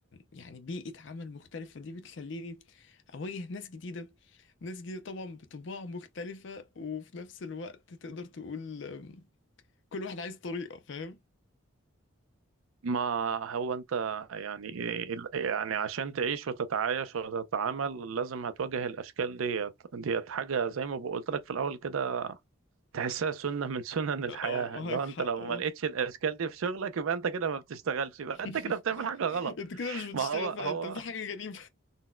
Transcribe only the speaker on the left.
يعني بيئة عمل مختلفة دي بتخليني اواجه ناس جديدة ناس جديدة طبعا بطباع مختلفة وفي نفس الوقت تقدر تقول أم، كل واحد عايز طريقة فاهم
اه آه،
معاك
حق
اه
<laughs>
انت كده مش بتشتغل
فانت
في حاجة غريبة